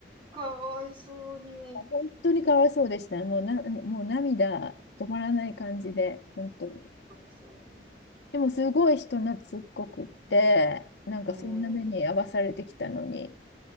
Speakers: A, on the right; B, on the left.
A: かわいそうに。
B: 本当にかわいそうでした。もうな、もう涙止まらない感じで、本当に。
A: かわいそうに。
B: でもすごい人懐っこくって、なんかそんな目に遭わされてきたのに。
A: うーん、う